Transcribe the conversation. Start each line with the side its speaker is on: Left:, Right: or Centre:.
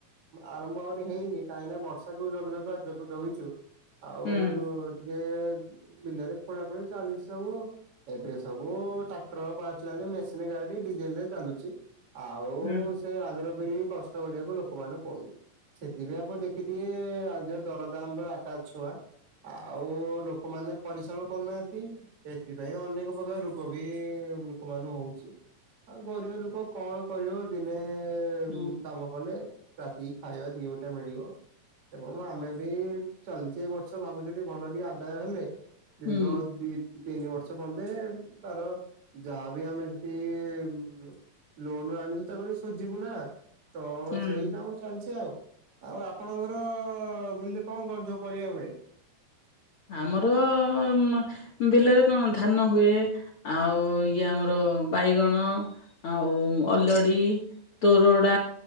Right: ଆରମ୍ଭ ଆହୁରି ହେଇନି କାହିଁ ନା ବର୍ଷ ତାକୁ ଜଗୁ ଜଗୁ ଆଉ ଜଗ ଜଗିଛୁ ଆଉ
Left: ହୁଁ
Right: ରୁଅ ଟିକେ ବିଲରେ ଖୋଳା ଖୋଳି ଚାଲିଛି ସବୁ ଏବେ ସବୁ ଟ୍ରାକ୍ଟର ପାହାଚିଲାଣି ମେସ ଇଁନେ ଗାଡି ଡିଜେଲ ରେ ଚାଲୁଛି ଆଉ
Left: ହୁଁ
Right: ସେ ଆଗର ଫିିରି କଷ୍ଟ ସବୁଯାକ ଲୋକମାନେ ପଇଲେ। ସେଥିପାଇଁ ଆପଣ ଦେଖିଥିବେ ଆ ଯ ଦରଦାମ ପୁରା ଆକଶ ଛୁଆଁ। ଆଉ ଲୋକମାନେ ପରିଶ୍ରମ କରୁନାହାନ୍ତି। ଏଥିପାଇଁ ଅନେକ ପ୍ରକାର ରୋଗ ବି ଲୋକ ମାନ ହଉଛି। ଉଁ ଆ ଗରିବ ଲୋକ କଣ କରିବ ଦିନେ
Left: ହୁଁ
Right: ମୁ କାମ କଲେ ରାତିକି ଖାଇବା ଦିଓଟା ମିଳିବ। ଏବଂବ ଆମେ ବି ଚାଲିଛେ ଏ ବର୍ଷ ଭାବୁଛେ ଏ ଭଲ ଟିକେ ଆଦାୟ ହେଲେ ଦୀର୍ଘ
Left: ହୁଁ।
Right: ଦିତି ଦି ତିନି ବର୍ଷ ପର୍ଯ୍ୟନ୍ତେ ତାର ଯାହାବି ଆମେ ତି ଉ ମୁ ଲୋନ ଆଣୁଛୁ ତାକୁଟେ ଶୁଝିବୁ ନା ତ
Left: ହୁଁ।
Right: ସେଇ କାମ ଚାଲିଛି ଆଉ ଆଉ ଆପଣଙ୍କର ବିଲରେ କଣ କଣ ଯୋଉ ପରିବା ହୁଏ?
Left: ଆମର ଅମ ବିଲରେ କଣ ଧାନ ହୁଏ। ଆଉ ଇଏ ଆମର ବାଇଗଣ ଆଉ ଅଲଡି ତୋରଡ଼ା,